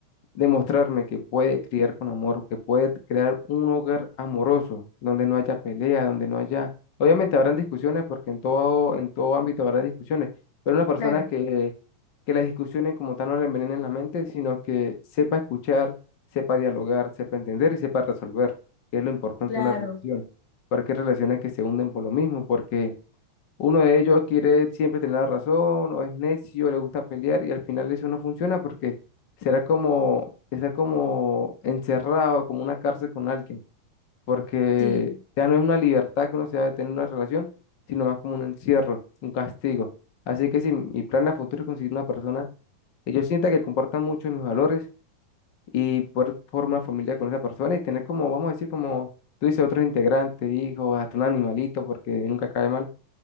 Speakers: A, on the left; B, on the left.
A: demostrarme que puede criar con amor, que puede crear un hogar amoroso, donde no haya pelea, donde no haya... Obviamente habrán discusiones, porque en todo, en todo ámbito habrá discusiones, pero una persona
B: claro,
A: que, que las discusiones como tal no le envenenen la mente, sino que sepa escuchar, sepa dialogar, sepa entender y sepa resolver, que es lo importante
B: claro,
A: de una relación, porque hay relaciones que se hunden por lo mismo, porque uno de ellos quiere siempre tener la razón, o es necio, le gusta pelear, y al final eso no funciona porque será como estar como encerrado, como una cárcel con alguien, porque
B: sí,
A: ya no es una libertad que uno se va a tener en una relación, sino más como un encierro, un castigo. Así que si mi plan a futuro es conseguir una persona que yo sienta que comparta mucho mis valores y poder formar una familia con esa persona y tener como, vamos a decir, como tú dices, otros integrantes, hijos, hasta un animalito, porque nunca cae mal.